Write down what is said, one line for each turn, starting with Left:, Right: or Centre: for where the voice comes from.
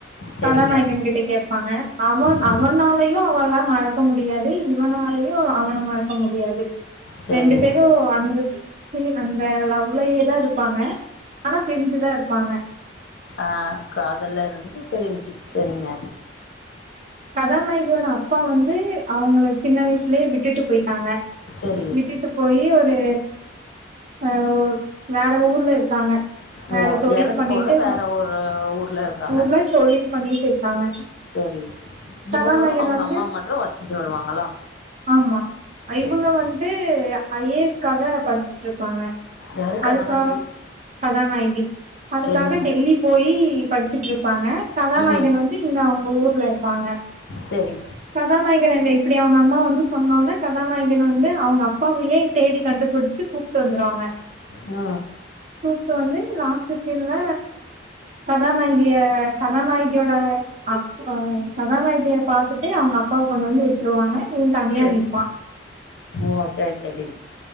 Left: செரிங்க
Right: கதாநாயகன் கிட்ட கேப்பாங்க அவன்
Left: ஆ
Right: அவனாலயு அவள மறக்க முடியாது இவனாலயு அவன மறக் க முடியாது
Left: செரிங்க
Right: ரெண்டு பேரு அந்த தி அந்த லவ்லயே தா இருப்பாங்க ஆனா பிரிஞ்சுதா இருப் பாங்க
Left: அ காதல்ல இருந்து பிரிஞ்சு சரிங்க
Right: கதாநாயகரோட அப்பா வந்து அவங்கள சின்ன வயசுலேயே விட்டுட்டு போய் பாங்க
Left: செரி
Right: விட்டுட்டு போயி ஒரு அ ஓ வேற ஊர்ல இருக்காங்க வேற
Left: ஓ
Right: தொழில்
Left: எறந்து
Right: பண்ணிட்டு
Left: போல வேற ஒரு ஊர்ல இருக்காங்க
Right: ஊர்ல தொழில் பண்ணிட்டு இருக்காங்க
Left: சரி
Right: கதாநாயகன்
Left: இவங்களு அவுங்க
Right: வந்து
Left: அம்மா மட்று வசுச்சு வருவாங்களா
Right: ஆமா இவங்க
Left: சேரி சேரி
Right: வன்ட்டு ஐ ஏ எஸ்காக படுச்சுட்டு இருப்பாங்க
Left: யாருக்கு
Right: அதுக்கா
Left: அதானாகி
Right: கதாநாய்கி அதுக்காக
Left: சரிங்க
Right: டெல்லி போயி படுச்சுட் இருப்பாங்க கதாநாயகன்
Left: ம்
Right: வந்து இங்க அவுங்க ஊர்ல இருப்பாங்க
Left: சரி
Right: கதாநாயகன் என்ன இப் இப்டி அவுங்க அம்மா வந்து சொன்னோன்னே கதாநாய்கன் வந்து அவுங்க அப்பாவயே தேடி கண்டுபுடுச்சு கூப்டு வந்துருவாங்க
Left: ஆ
Right: கூப்டு வந்து லாஸ்டு சீன்ல கதாநாய்கிய கதாநாயிகியோட அப்பா கதாநாயிகிய பாத்துட்டு அவுங்க அப்பாவ கொண்டு வந்து விட்டுருவாங்க இவன் தனியா
Left: சரி
Right: நிப்
Left: ஓ சர் சரி